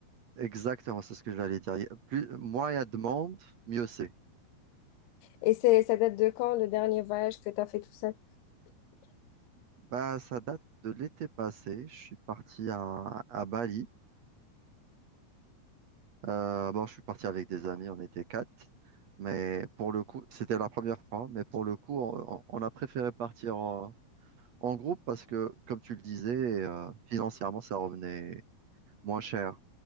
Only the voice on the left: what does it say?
Et c'est, ça date de quand, le dernier voyage que tu as fait tout seul?